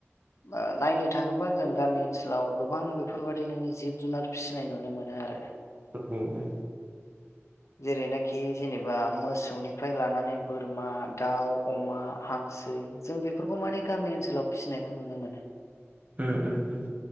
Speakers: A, on the left; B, on the right.
A: ओ नायनो थाङोबा जों गामि ओनसोलाव गोबां बेफोरबायदिनो जिब जुनार फिसिनाय नुनो मोनो आरो
B: उम उम।
A: जेरैनाखि जेनेबा मोसौनिफ्राय लानानै बोरमा, दाउ, अमा, हांसो जों बेफोरखौ माने गामि ओनसोलाव फिसिनायखौ नुनो मोनो।
B: उम उम उम।